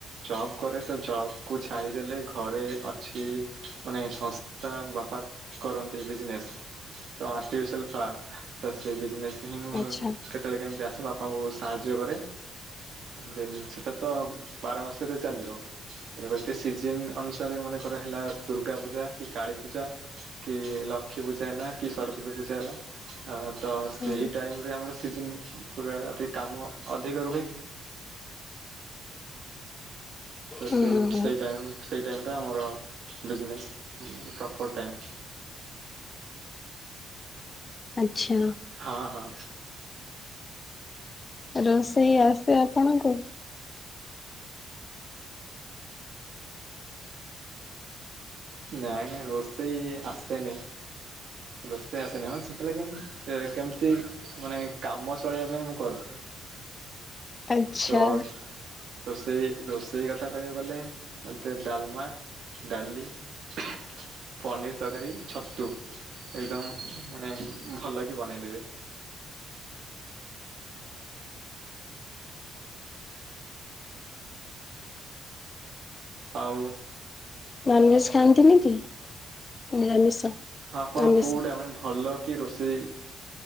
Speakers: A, on the right (about 65°); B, on the left (about 30°).
A: ଜବ୍ କରେ ତ ଜବ୍କୁ ଛାଡ଼ିଦେଲେ ଘରେ ଅଛି। ମାନେ ସଂସ୍ଥା ବାପା କରନ୍ତି ବିଜନେସ୍ ତ ଆର୍ଟିଫିସିଆଲ୍ ଫା ତ ସେ ବିଜନେସ୍ ହିଁ ମୁଁ
B: ଆଚ୍ଛା।
A: କେତେବେଳେ କେମିତି ଆସେ ବାପାଙ୍କୁ ସାହାଯ୍ୟ କରେ ଦେନ୍ ସେଟା ତ ବାର ମାସରେ ଚାଲିବ ଗୋଟେ ସିଜିନ୍ ଅନୁସାରେ ମନେକର ହେଲା ଦୁର୍ଗା ପୂଜା କି କାଳୀ ପୂଜା କି ଲକ୍ଷୀପୂଜା ହେଲା କି ସରସ୍ୱତୀ ପୂଜା ହେଲା ତ
B: ହୁଁ
A: ସେହି ଟାଇମରେ ଆମର ସିଜିନ୍ ପୁରା ଟିକେ କାମ ଅଧିକ ରୁହେ। ତ
B: ହୁଁ
A: ସେଇ
B: ହୁଁ
A: ସେଇ ଟାଇମ୍ ସେଇ ଟାଇମ୍ ଟା ଆମର ବିଜନେସ୍ ମାନେ ପ୍ରପର୍ ଟାଇମ୍।
B: ଆଚ୍ଛା।
A: ହଁ ହଁ।
B: ରୋଷେଇ ଆସେ ଆପଣଙ୍କୁ।
A: ନାଇଁ ନାଇଁ ରୋଷେଇ ଆସେନି। ରୋଷେଇ ଆସେନି ହଁ ସେତେଥିଲା କି କେମିତି ମାନେ କାମ ଚଳେଇବା ପାଇଁ ମୁଁ କରିଦେବି
B: ଆଚ୍ଛା
A: ତ ରୋଷେଇ ରୋଷେଇ ସେଇ କଥା କହିବାକୁ ଗଲେ ମୋତେ ଡାଲମା ଡାଲି ପନିର୍ ତରକାରୀ ଛତୁ ଏକ୍ଦମ୍ ମାନେ ଭଲ କି ବନେଇଦେବେ। ଆଉ
B: ନନ୍ଭେଜ ଖାଆନ୍ତିନି କି ନିରାମିଷ।
A: ଆପଣ
B: ଆମିଷ?
A: କୋଉଟା ମାନେ ଭଲକି ରୋଷେଇ